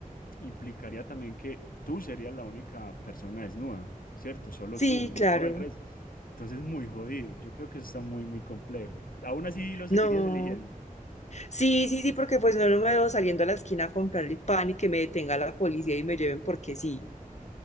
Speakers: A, on the left; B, on the left.
A: implicaría también que tú serías la única persona desnuda, ¿cierto? Solo
B: Sí,
A: tú, no
B: claro.
A: todo el resto. Entonces, muy jodido. Yo creo que eso está muy, muy complejo. Aún así lo seguirías
B: No.
A: eligiendo.
B: Sí, sí, sí, porque pues no, no me veo saliendo a la esquina a comprar el pan y que me detenga la policía y me lleven porque sí.